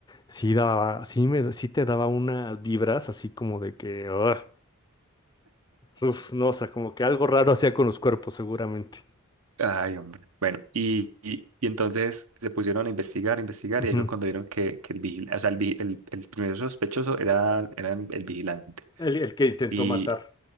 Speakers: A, on the left; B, on the right.
A: sí daba, sí me, sí te daba unas vibras así como de que, ugh, uf, no, o sea, como que algo raro hacía con los cuerpos, seguramente.
B: Ay, hombre. Bueno, y, y, y entonces se pusieron a investigar, a investigar,
A: Ujú.
B: y ahí fue cuando vieron que, que el vigilante, o sea, el, vi- el, el primer sospechoso era, era el vigilante.
A: El, el que intentó
B: Y
A: matar.